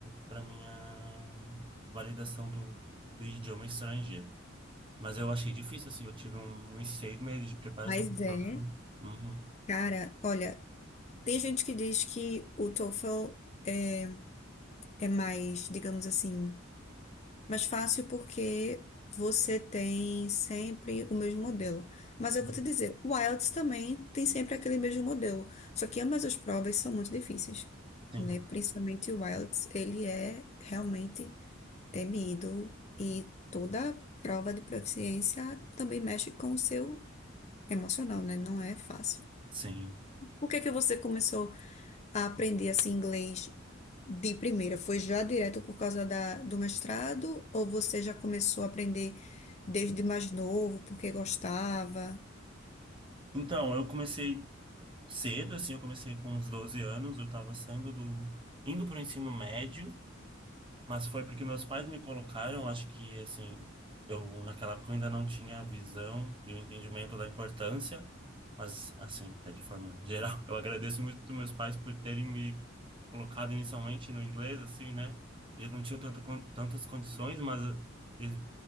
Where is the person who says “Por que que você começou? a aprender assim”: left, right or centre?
Left